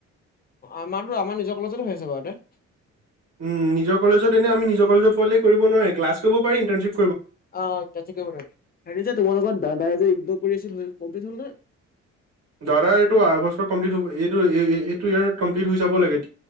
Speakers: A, on the left; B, on the right.
A: আমাৰো আমাৰ নিজৰ কলেজতে হৈ আছে বাৰু তে
B: <unintelligible>
A: অ', ত ক নাই হেৰি যে তোমালোকৰ দাদাই যে ই্দ কৰি আছিল হয় কমপ্লিট হ'ল ন?
B: দাদা এইটো আা বছৰ কমপ্লিট হটো এইটো ইয় কমপ্লিট হৈ যাব লাগে।